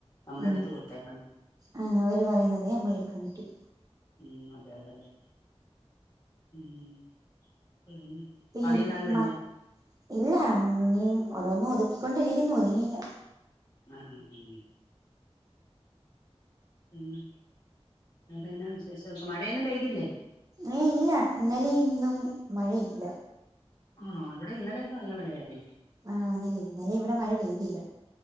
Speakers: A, on the left; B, on the right.
A: നമ്മൾ
B: ആഹ്
A: എടുത്ത് കൊടുത്തേക്കണം
B: അആ അവര് പറയുന്നതേ നമ്മള് എടുക്കാൻ പറ്റു.
A: മ് അതെ അതെരഎ മ് മ്
B: പി
A: പണിയെല്ലാം കഴിഞ്ഞൊ
B: മ ഇല്ല അങ്ങി ഓരോന്നു ഒതുക്കികൊണ്ട് ഇരിക്കുന്നു ഒതുങ്ങിയില്ല.
A: ആഹ് ആഹ് മ് മ് വേറെന്നാ വിശേഷവൊക്കെ മഴയൊന്നും പെയ് ഇല്ലേ
B: ഏയ് ഇല്ല ഇന്നലെയും ഇന്നും മഴ ഇല്ല.
A: ആണോ ഇവിടെ ഇന്നലെയൊക്കെ നല്ല മഴയായിരുന്ന്.
B: ആഹ് ന്നില്ലേ ഇന്നലെ ഇവിടെ മഴ പെയ്തില്ല